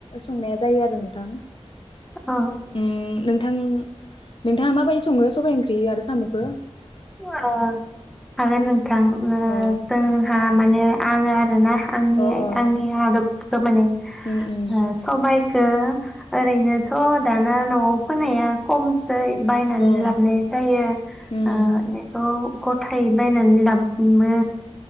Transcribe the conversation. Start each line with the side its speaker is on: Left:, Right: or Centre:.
Left: संनाया जायो आरो नोंथां
Centre: अ अ
Left: उम नोंथां नोंथाङा माबायदि सङो सबाइ ओंख्रि आरो साम'खो?
Centre: अ ओ हागोन नोंथां ओ
Left: अ
Centre: जोंहा माने आङो ओ ना आंनि
Left: अ अ
Centre: आंनि आदब खो माने
Left: उम उम
Centre: ओ सबाइ खो ओरैनोथ' दाना न'आव फोनाया खम सै बायनानै
Left: ओं
Centre: लाबाय जायो
Left: उम
Centre: ओ खौ गथायै बायनानै लाबनो